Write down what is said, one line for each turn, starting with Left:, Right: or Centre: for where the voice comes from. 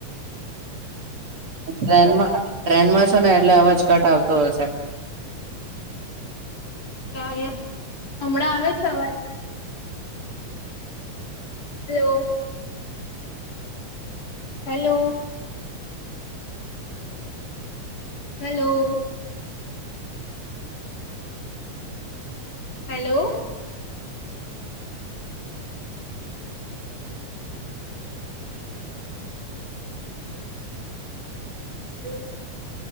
Right: ટ્રેનમાં ટ્રેનમાં શું ને એટલે અવાજ કટ આવતો હશે.
Left: <inaudible> હમણાં આવે છે અવાજ. હલો? હેલો? હેલો? હલો- - <inaudible>